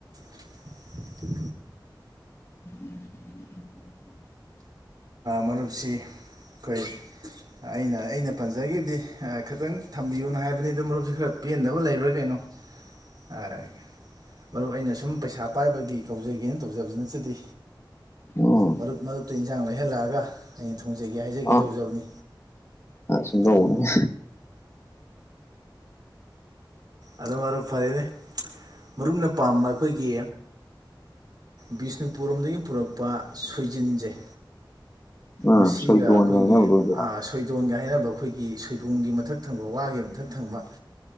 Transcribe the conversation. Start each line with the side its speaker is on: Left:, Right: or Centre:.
Right: <unintelligible> <inaudible>
Left: <unintelligible> <inaudible>
Right: ꯃꯔꯨꯞꯁꯤ ꯑꯩꯈꯣꯏ ꯑꯩꯅ ꯑꯩꯅ ꯄꯟꯖꯈꯤꯕꯗꯤ ꯈꯤꯇꯪ ꯊꯝꯕꯤꯌꯨꯅ ꯍꯥꯏꯕꯅꯤ ꯑꯗꯨꯣ ꯃꯔꯨꯞꯁꯤ ꯈꯔ ꯄꯦꯟꯗꯕ ꯂꯩꯕ꯭ꯔꯥ ꯀꯩꯅꯣ ꯍ <unintelligible> ꯃꯔꯨꯞ ꯑꯩꯅ ꯁꯨꯝ ꯄꯩꯁꯥ ꯄꯥꯏꯕꯒꯤ ꯀꯧꯖꯒꯦꯅ ꯇꯧꯖꯕꯕꯁꯤ ꯅꯆꯗꯤ
Left: ꯎꯝ
Right: ꯃꯔꯨꯞ ꯃꯔꯨꯞꯇ ꯏꯟꯁꯥꯡ ꯂꯩꯍꯜꯂꯛꯑꯒ ꯑꯩꯅ ꯊꯣꯡꯖꯒꯦ ꯍꯥꯏꯖꯒꯦ
Left: ꯑ
Right: ꯇꯧꯖꯕꯅꯤ
Left: ꯁꯨꯝꯗꯧꯕꯅꯤ
Right: ꯑꯗꯨꯕꯨ ꯑꯗꯨ ꯃꯔ ꯐꯔꯅꯦ ꯃꯔꯨꯞꯅ ꯄꯥꯝꯕ ꯑꯩꯈꯣꯏꯒꯤ ꯕꯤꯁꯅꯨꯄꯨꯔꯣꯝꯗꯒꯤ ꯄꯨꯔꯛꯄ ꯁꯣꯏꯖꯤꯟꯖꯩ
Left: ꯎꯝ
Right: ꯃꯁꯤꯒ
Left: ꯁꯣꯏꯗꯣꯟꯒ
Right: ꯑꯩꯈꯣꯏꯒꯤ
Left: ꯍꯥꯏꯅꯕꯗꯣ ꯑꯣꯏꯗꯣꯏꯔꯥ
Right: ꯁꯣꯏꯗꯣꯟꯒ ꯍꯥꯏꯅꯕ ꯑꯩꯈꯣꯏꯒꯤ ꯁꯣꯏꯕꯨꯝꯒꯤ ꯃꯊꯛ ꯊꯪꯕ ꯋꯥꯒꯤ ꯃꯊꯛ ꯊꯪꯕ